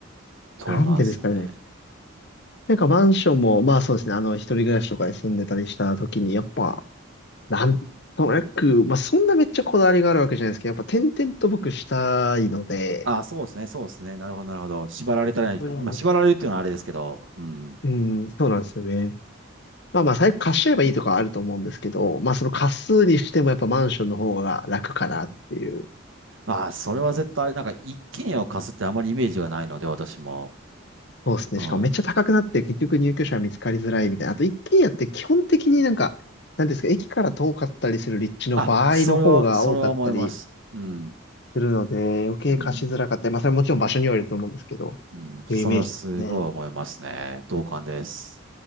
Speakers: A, on the right; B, on the left.
A: そうなんですね。
B: なんでですかね。なんかマンションも、まあそうですね。あの、一人暮らしとかで住んでたりした時に、やっぱ、なんとなく、まあそんなめっちゃこだわりがあるわけじゃないですけど、やっぱ点々と僕したいので、
A: あ、そうですね、そうですね。なるほど、なるほど。縛られたら、
B: そういう意味で
A: まあ、縛られるっていうのはあれですけど。うん。
B: うん、そうなんですよね。まあまあ、最悪貸しちゃえばいいとかはあると思うんですけど、まあその貸すにしてもやっぱマンションの方が楽かなっていう。
A: あ、それは絶対、なんか、一軒家を貸すってあまりイメージがないので、私も。
B: そうですね。
A: うん。
B: しかもめっちゃ高くなって結局入居者は見つかりづらいみたいな。あと一軒家って基本的になんか、なんていうんですか、駅から遠かったりする立地の場合の方が多かったり
A: あ、それは、それは思います。うん。
B: するので、余計貸しづらかったり、
A: うん。
B: まあそれはもちろん場所によると思うんですけど、
A: うん。
B: っていうイメージですね。
A: それはすごい思いますね。同感です。